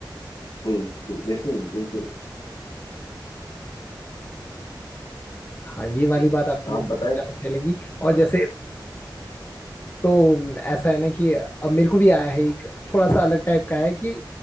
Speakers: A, on the left; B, on the left.
A: हम्म हम्म, बिल्कुल बिल्कुल
B: हाँ ये वाली बात आपकी मेरे
A: आप
B: को
A: बताएं
B: बहुत ज्यादा सही लगी और
A: हाँ,
B: जैसे तो ऐसा है ना कि अब मेरे को भी आया है एक थोड़ा सा अलग टाइप का है कि